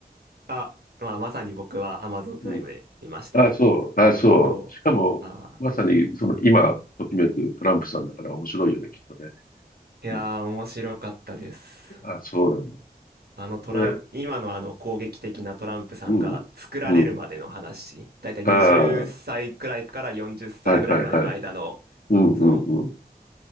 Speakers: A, on the right; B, on the left.
A: あ、まあ、まさに僕は Amazon プライムで見ました。
B: うん。ああ、そう。
A: そ
B: ああ、そう。
A: そう。
B: しかも、
A: あ
B: まさに、その、今、ときめくトランプさんだから面白いよね、きっとね。
A: ー、いやー、
B: うん。
A: 面白かったです。
B: ああ、そうなんだ。
A: あのトランプ、
B: え
A: 今のあの攻撃的なトランプさんが作られるまでの話、
B: うん。うん。
A: だいたい20歳くらいから40歳ぐらいまでの間の、
B: ああ、はいはいはい。うんうんうん。
A: その、